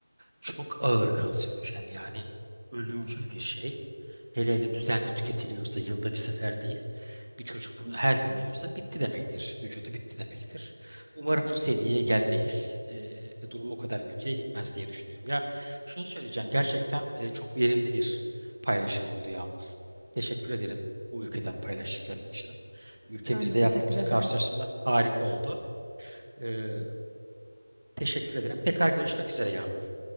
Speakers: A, on the right; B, on the right.
A: Çok ağır kanserojen yani ölümcül bir şey. Hele hele düzenli tüketiliyorsa yılda bir sefer değil. Bir çocuk bunu her gün yiyorsa bitti demektir. Vücudu bitti demektir. Umarım o seviyeye gelmeyiz e, ve durum o kadar kötüye gitmez diye düşünüyorum. Ya şunu söyleyeceğim gerçekten e, çok verimli bir paylaşım oldu Yağmur. Teşekkür ederim bu ülkeden paylaştıkların için. Ülkemizde
B: Ben de
A: yaptığımız
B: teşekkür ederim.
A: karşılaşma harika oldu. Ee, teşekkür ederim. Tekrar görüşmek üzere Yağmur.